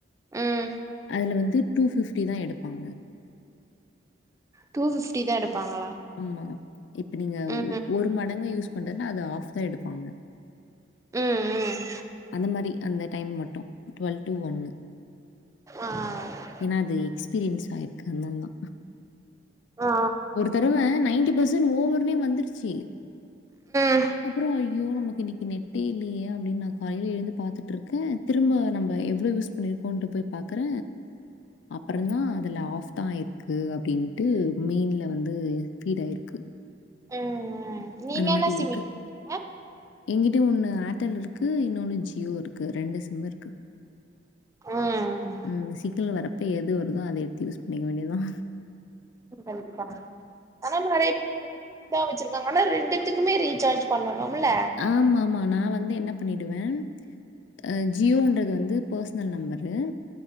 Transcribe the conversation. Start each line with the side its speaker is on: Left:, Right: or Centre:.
Right: ம்
Left: அதுல வந்து டூ ஃப்டி தா எடுப்பாங்க
Right: டூ ஃப்டி தா எடுப்பாங்களா
Left: ஆமா இப்ப நீங்க
Right: ம் ம்
Left: ஒரு மடங்கா யூஸ் பண்றதுனா அது ஆஃப் தா எடுப்பாங்க
Right: ம் ம்
Left: அந்த மாரி அந்த டைம் மட்டு டுவல்வ் டு ஒன்னு
Right: ஆ
Left: ஏன்னா அது எக்ஸ்பீரியன்ஸ் ஆயிருக்கு அதனாலதா
Right: ஆ ஆ
Left: தரவ நைன்டி பர்சன்ட் ஓவர்னே வந்துருச்சு
Right: ம்
Left: அப்புறோ ஐயோ நமக்கு இன்னைக்கு நெட்டே இல்லையே அப்டின்னு நா காலையில எழுந்து பாத்துட்டு இருக்கே திரும்ப நம்ம எவ்ளோ யூஸ் பண்ணிருக்கோண்டுட்டு போய் பாக்குற அப்புற தா அதுல ஆப் தா இருக்கு அப்டின்ட்டு மெயின்ல வந் து பீட் ஆயிருக்கு
Right: ம் ம் நீங்க
Left: அந்த மாரி
Right: என்ன சிமி
Left: இருக்கு
Right: பண்ணீங்க
Left: எங்கிட்யு ஒன்னு ஏர்டெல் இருக்கு இன்னொன்னு ஜியோ இருக்கு ரெண்டு சிம் இருக்கு
Right: ம்
Left: ம் சிக்னல் வரப்ப எது வருதோ அதை எடுத்து யூஸ் பண்ணிக்க வேண்டியதா
Right: கண்டிப்பா ஆனா நெறைய பேர் ரெண்டா வெச்சிருக்காகல ஆனா ரெண்டுத்துக்குமே ரீசார்ஜ் பண்ணணும்ல
Left: ஆமா ஆமா நா வந்து என்ன பண்ணிடுவே அ ஜியோன்றது வந்து பர்சனல் நம்பரு